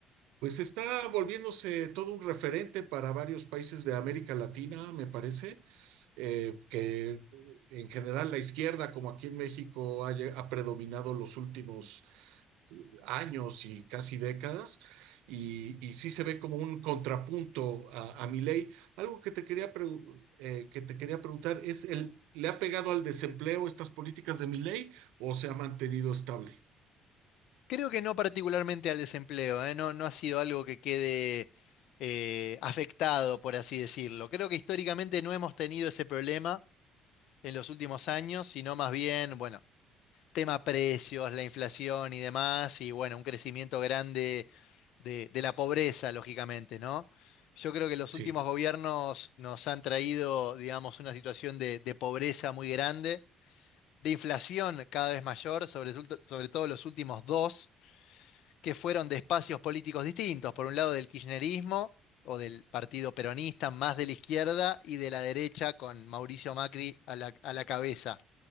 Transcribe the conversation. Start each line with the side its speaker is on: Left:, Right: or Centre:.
Right: Pues está volviéndose todo un referente para varios países de América Latina, me parece, eh, que en general la izquierda, como aquí en México, ha, lle- ha predominado los últimos años y casi décadas, y, y sí se ve como un contrapunto a, a Milei. Algo que te quería pregu- eh, que te quería preguntar es el, ¿le ha pegado al desempleo estas políticas de Milei o se ha mantenido estable?
Left: Creo que no particularmente al desempleo, ¿eh? No, no ha sido algo que quede eh, afectado, por así decirlo. Creo que históricamente no hemos tenido ese problema en los últimos años, sino más bien, bueno, tema precios, la inflación y demás, y bueno, un crecimiento grande de, de la pobreza, lógicamente, ¿no? Yo creo que los
Right: Sí,
Left: últimos gobiernos nos han traído, digamos, una situación de, de pobreza muy grande, de inflación cada vez mayor, sobre, tul- sobre todo los últimos dos que fueron de espacios políticos distintos, por un lado del kirchnerismo o del partido peronista, más de la izquierda, y de la derecha con Mauricio Macri a la, a la cabeza.